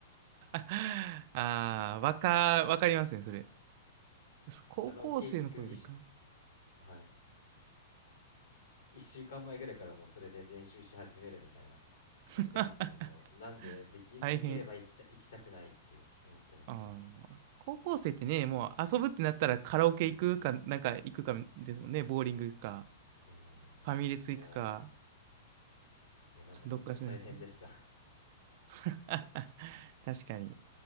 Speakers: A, on the right; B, on the left.
A: <laughs> ああ、わか、わかりますね、それ。そ高校生の頃でか。
B: カラオケ行く一し、はい、1週間前ぐらいからもうそれで練習し始めるみたいな
A: <laughs>
B: やってましたねもうなんででき、
A: 大変。
B: できれば行きた、行きたくないっていう思ってました
A: ああ、高校生ってね、もう遊ぶってなったらカラオケ行くか、なんか行くかですもんね。ボーリング行くか、
B: うーんいや
A: ファミレス行くか、
B: ーいやなんで本当大変でした
A: ちょっとどっかしないですけど。<laughs> 確かに。